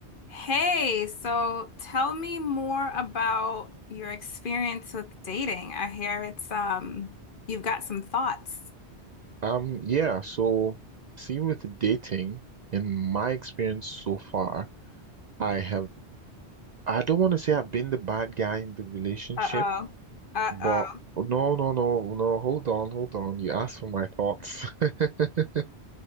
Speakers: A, on the left; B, on the right.
A: Hey, so tell me more about your experience with dating. I hear it's um you've got some thoughts.
B: Um, yeah, so see with dating, in my experience so far, I have I don't want to say I've been the bad guy in the relationship,
A: Uh-oh. Uh-oh.
B: but no, no, no, no, hold on, hold on. You asked for my thoughts. <laughs>